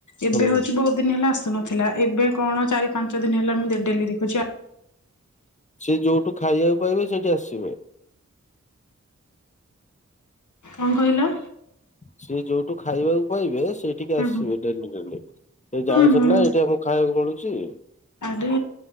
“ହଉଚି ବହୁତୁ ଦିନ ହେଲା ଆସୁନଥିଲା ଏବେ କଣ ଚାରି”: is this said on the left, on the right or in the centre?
Left